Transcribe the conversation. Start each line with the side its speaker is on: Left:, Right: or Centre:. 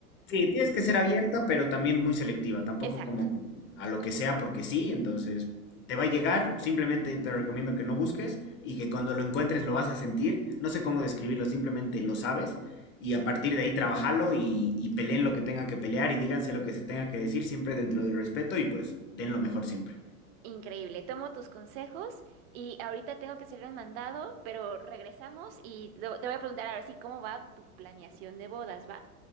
Left: Sí, tienes que ser abierta, pero también muy selectiva, tampoco
Right: <laughs> Exacto.
Left: como que a lo que sea porque sí, entonces te va a llegar, simplemente te recomiendo que no busques y que cuando lo encuentres lo vas a sentir, no sé cómo describirlo, simplemente lo sabes y a partir de ahí trabajalo y, y peleen lo que tengan que pelear y díganse lo que se tenga que decir siempre dentro del respeto y pues den lo mejor siempre.
Right: Increíble. Tomo tus consejos y ahorita tengo que hacer un mandado, pero regresamos y lo- te voy a preguntar ahora sí cómo va tu planeación de bodas, ¿va?